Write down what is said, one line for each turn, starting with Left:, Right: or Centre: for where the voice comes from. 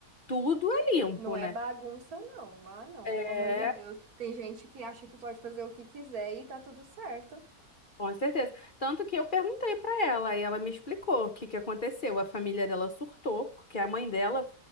Left: tudo é limpo,
Right: Não é
Left: né?
Right: bagunça, não. Ah, não,
Left: É,
Right: pelo amor de Deus. Tem gente que acha que pode fazer o que quiser e tá tudo certo.
Left: Com certeza. Tanto que eu perguntei para ela e ela me explicou o que que aconteceu. A família dela surtou porque a mãe dela